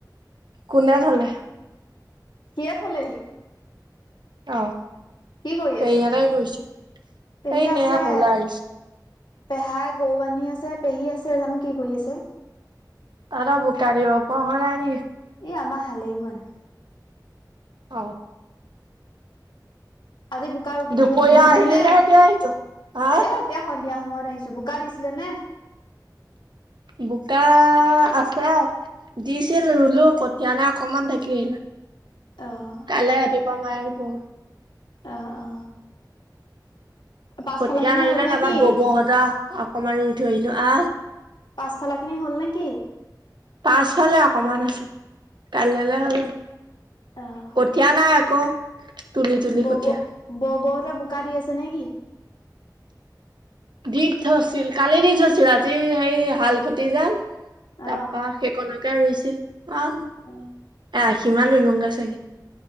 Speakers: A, on the right; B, on the left.
A: কোনে থলে?
B: সিয়ে থ'লেহি।
A: অহ,
B: কি কৰি
A: তই
B: আছ?
A: ইয়াতে কি কৰিছ
B: পেহী
A: এ এনে
B: আছে
A: আক ওলাই আহিছ
B: পেহাই গৌ বান্ধী আছে পেহী আছে জানো কি কৰি আছে।
A: তহতৰ বোকা দিব পৰা হোৱা নাই নি?
B: ই আমা হালেই বোৱা নাই।
A: অহ',
B: আজি বোকা ৰুব
A: দুপৰীয়া
B: ৰুদ দিছিলেনে
A: আহিলি নে
B: এ
A: এতিয়া আহিছ হা
B: এতিয়া সন্ধিয়া সময়ত আহিছো বোকা দিছিলে নে?
A: বোকা আছে। দিছিল ৰুলো কটিয়া নাই অকমান থাকিল।
B: অ',
A: কাইলে ৰাতিপুৱা মায় ৰুব।
B: অ', অ', পাছফালৰ
A: কঠীয়া
B: খিনি
A: <unintelligible>
B: হ'ল নে কি?
A: ববৌহঁতৰ অকমান ৰুই থৈ আহিলোঁ আহ
B: পাছফালৰখিনি হ'ল নে কি?
A: পাছফালে অকমান আছে কাইলৈলে হৈ যাব।
B: অ'
A: কঠীয়া নাই আকৌ তুলি -তুলি
B: বৌ
A: কঠীয়া।
B: বৌ -বৌ হতৰ বোকা দি আছে নেকি?
A: দি থছিল কালি দি থৈছিল আজি সেই হাল খটি যে। তাৰপা
B: অ'
A: সেইকণকে ৰুইছিল আ
B: <unintelligible>
A: আ সিমানে লুংগে চাগে।